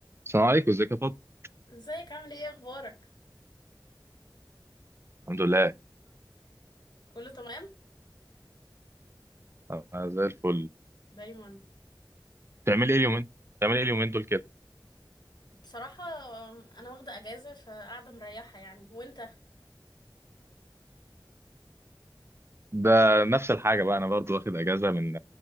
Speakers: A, on the right; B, on the left.
A: السلام عليكم ازيك يا فاطمة
B: ازيك عامل ايه اخبارك
A: الحمد لله
B: كله تمام
A: انا زي الفل
B: دايما
A: بتعملي ايه اليومين بتعملي ايه اليومين دول كده
B: بصراحة آم، انا واخدة اجازة فقاعدة مريحة يعني وانت
A: ده نفس الحاجه بقى انا برضو واخد اجازه من